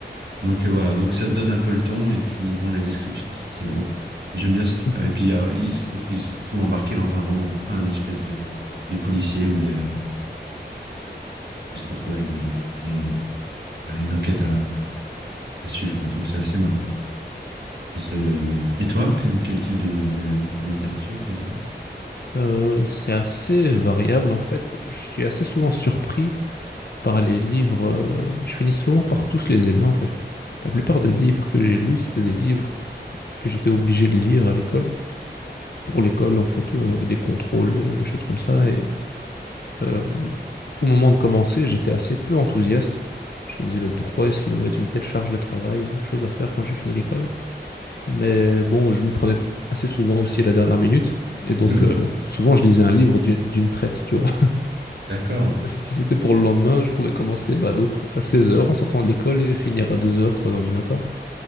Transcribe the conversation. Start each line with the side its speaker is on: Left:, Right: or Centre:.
Right: donc, euh, voilà, donc ça donne un peu le ton, et puis bon, la description, c'est assez drôle, quoi. J'aime bien ces trucs-là.
Left: <laughs>
Right: Et puis il, y a- il se trouve qu'il se trouve embarqué dans un roman, un espèce de, de policier où il, y a- où il se retrouve avec des, des, enfin, une enquête à, à suivre, quoi. Donc c'est assez marrant. Et, ce... et toi, que- quel type de, de- de littérature tu aimes bien?
Left: Euh, c'est assez variable en fait. Je suis assez souvent surpris par les livres. euh, je finis souvent par tous les aimer en fait. La plupart des livres que j'ai lus, c'était des livres que, que j'étais obligé de lire à l'école. Pour l'école, en fait, euh, on avait des contrôles, euh, des choses comme ça. Et euh, au moment de commencer, j'étais assez peu enthousiaste. Je me disais, mais pourquoi est-ce qu'ils nous mettent une telle charge de travail? J'ai autre chose à faire quand j'ai fini l'école. Mais bon, je m'y prenais t- assez souvent aussi à la dernière minute. Et donc,
Right: <laughs>
Left: euh, souvent, je lisais un livre d'une d'une traite, tu vois.
Right: D'accord.
Left: Si c'était pour le lendemain, je pouvais commencer bah, donc à seize heures en sortant de l'école et finir à deux heures, trois heures du matin.